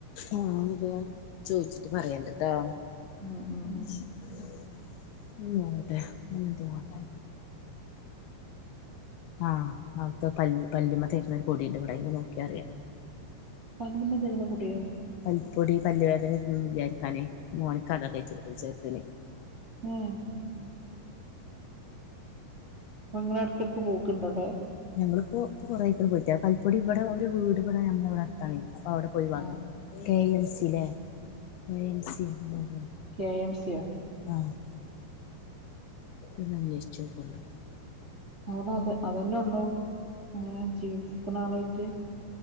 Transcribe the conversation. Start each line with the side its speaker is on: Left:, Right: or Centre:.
Left: ആഹ് അതെ ചോദിച്ചിട്ട് പറയണ്ടട്ടോ.
Right: ഉം, ഉം.
Left: <unintelligible>
Right: ഉം
Left: ങ്ങനെ ന്തോ ആണു. ആഹ് അവിടുത്തെ പല് പല്ലുമ്മ തേക്കുന്നൊരു പൊടിണ്ട് ഇവിടെ അയ്മെ നോക്കിയ അറിയാം.
Right: പല്ലുമ്മേ തെയ്ണ പൊടിയോ?
Left: പൽപ്പൊടി പല്ലുവേദനൊന്നും ഇല്ലാതിയിരിക്കാന് മോൻക്കത തേച്ചോടുപ്പ ചേർതന്.
Right: ഉം. അപ്പൊ ങ്ങള് എടയ്ക്കെടക്ക് പോക്ക്‌ണ്ടോവിടെ?
Left: ഞങ്ങളിപ്പോ ഇപ്പോ കൊറേയ്ക്ക് ണ്‌ പോയിറ്റെ പൽപ്പോടി ഇവിടെ ഒരു വീട് പണി യന്ന് വിടെ അടുത്തണ്‌ അപ്പൊ അവിടെ പോയി വാങ്ങി.
Right: ആഹ്
Left: കെ എം സി ലെ കെ എം സി ഉം ഉം
Right: കെ എം സി യോ?
Left: ആഹ് ഇയ്യൊന്വേഷിചോക്കൊണ്ട്.
Right: അവിട അത് അതന്നെ ഉള്ളൂ അങ്ങനെ ചികിത്സിക്കണ ആളായിട്ട്.